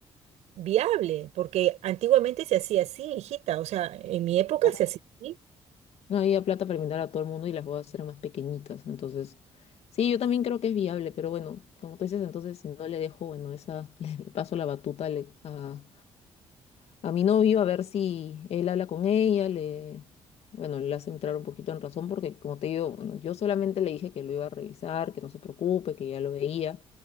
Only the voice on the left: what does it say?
claro.
No había plata para invitar a todo el mundo y las bodas eran más pequeñitas, entonces sí, yo también creo que es viable, pero bueno, como tú dices, entonces si no le dejo, bueno, esa <laughs> le, le paso la batuta le- a, a mi novio a ver si él habla con ella, le, bueno, le hace entrar un poquito en razón porque, como te digo, bueno, yo solamente le dije que lo iba a revisar, que no se preocupe, que ya lo veía.